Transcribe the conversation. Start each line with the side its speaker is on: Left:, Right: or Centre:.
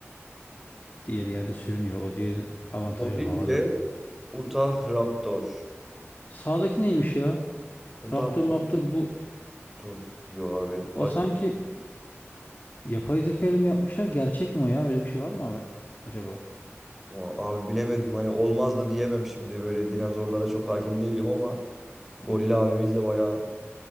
Left: Diğer yerde sürünüyor. O diğer avantajlı
Centre: Gorille
Left: havada.
Centre: Utah Raptor.
Left: Sağdaki neymiş ya?
Centre: Utah
Left: Raptor Raptor bu.
Centre: Raptor diyor abi.
Left: O
Centre: Acayip.
Left: sanki yapay zeka ile mi yapmışlar? Gerçek mi o ya? Öyle bir şey var mı abi? acaba?
Centre: Aa, Abi bilemedim hani olmaz da diyemem şimdi böyle dinozorlara çok hakim değilim ama goril abimiz de bayağı